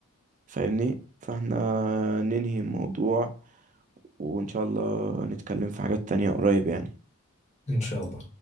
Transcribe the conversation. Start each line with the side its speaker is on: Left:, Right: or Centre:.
Right: فاهمني فاحنا ننهي الموضوع وان شاء الله نتكلم في حاجات تانية قريب يعني
Left: ان شاء الله